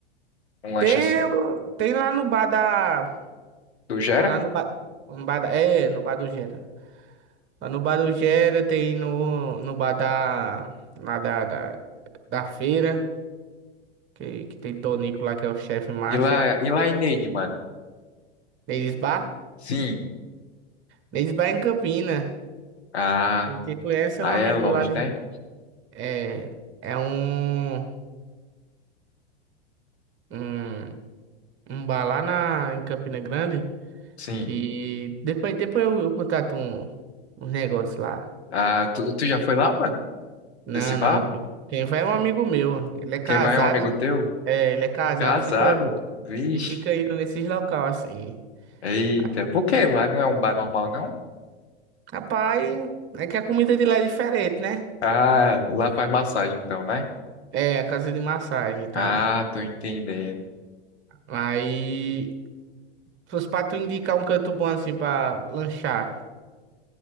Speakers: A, on the left; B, on the right.
A: um, um lanche
B: Tem,
A: assim?
B: tem lá no bar da.
A: Do Gera?
B: ah, Lá no bar. No bar da, é, no bar do Gera. Lá no bar do Gera tem no, no bar da. Lá da, da, da feira. Que, que tem Tonico lá, que é o chefe master.
A: E lá, e lá em Neide, mano?
B: Neles Bar.
A: Sim.
B: Neles Bar é em Campina.
A: Ah,
B: Quem te conhece
A: aí
B: é um amigo
A: é longe,
B: meu lá de.
A: né?
B: É. É um. Um, um bar lá na, em Campina Grande.
A: Sim.
B: Que depois, depois eu, eu contrato um, um negócio lá.
A: Ah, tu, tu já foi lá, mano?
B: Não,
A: Nesse bar?
B: não. Quem vai é um amigo meu. Ele é casado.
A: Quem vai é um amigo teu?
B: É, ele é casado
A: Casado?
B: e fica,
A: Vixe.
B: e fica indo nesses local assim.
A: Eita,
B: Aí, eu-
A: por que lá não é um bar normal, não?
B: Rapaz, é que a comida de lá é diferente, né?
A: Ah, lá faz massagem então, né?
B: É, a casa de massagem e tal.
A: Ah, tô entendendo.
B: Aí, se fosse pra tu indicar um canto bom assim pra lanchar.